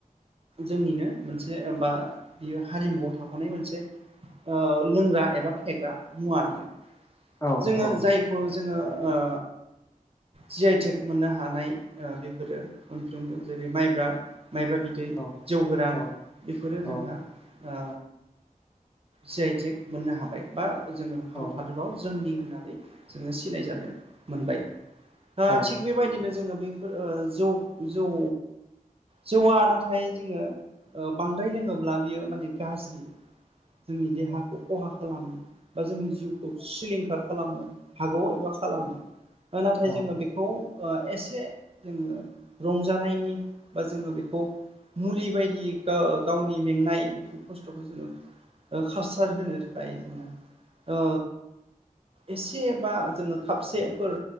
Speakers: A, on the right; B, on the left.
A: जोंनिनो मोनसे बा बियो हारिमुआव थाखाफानाय मोनसे लोंग्रा एबा फेग्रा मुवा बियो
B: औ
A: जोङो
B: औ
A: जाय खौ जोङो ओ जि आइ थेक मोननो हानाय बेफोरो मोनफ्रोमबो जेरै माइब्रा माइब्रा बिदै
B: औ
A: जौ गोरान
B: औ
A: बिफोरो जोंहा
B: औ
A: ओ जि आइ टिग मोननो हाबाय बा जोङो
B: औ
A: भारत हादराव जोंनि होननानै जोङो सिनायजानो मोनबाय ओ
B: औ
A: थिग बेबायदिनो जोङो बेफोर ओ जौ जौ जौवा नाथाय जोङो बांद्राय लोङोब्ला बियो माने गाज्रि जोंनि देहाखौ खहा खालामो बा जोंनि जिउखौ सिलिंखार खालामनो हागौ एबा खालामो। नाथाय
B: औ
A: जोङो बेखौ ओ एसे जोङो रंजानायनि बा जोङो बेखौ मुलि बायदि ग-गावनि मेंनाय खस्थ'खौ जोङो ओ कारसार होनो थाखाय जोङो ओ एसे बा जोङो खापसेफोर